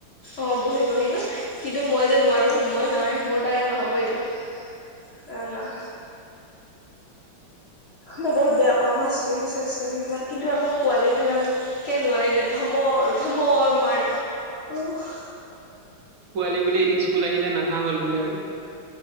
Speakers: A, on the left; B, on the right.
A: অ', বহি- বহি ন কিন্তু মই যে নোৱাৰো মই নোৱাৰাই মোৰ দাৰা নহব এইটো। অ', ন। মই বহুত বেয়া পাওঁ মাছ <unintelligible> চেনি ফালা কিন্তু আকৌ পোৱালি ফালও একে নোৱাৰিলে ধমৰ-ধমৰ মাৰে। অ
B: পোৱালি বোলে এদিন স্কুল আহিলে নাহা হল বোলে আৰু।